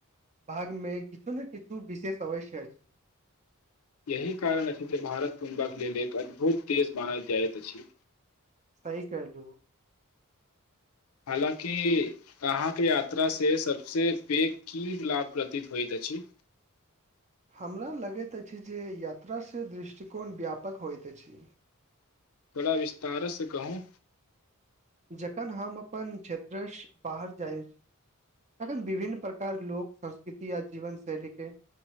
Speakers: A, on the right (about 30°); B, on the left (about 80°).
A: भागमे किछु ने किछु विशेष अवश्य अछि
B: यही कारण अछि जे भारत कुं्बाक लेल एक अद्भुत देश मानल जाइत अछि
A: सही करलू
B: हालाँकि अहाँके यात्रा से सबस पैघ की लाभ प्रतीत होइत अछि
A: हमरा लगैत अछि जे यात्रासँ दृष्टिकोण व्यापक होइत अछि
B: बड़ा विस्तारसँ कहू
A: जखन हम अपन क्षेत्रसँ बाहर जाइत छी तखन विभिन्न प्रकार लोक संस्कृति आ जीवन शैलीक के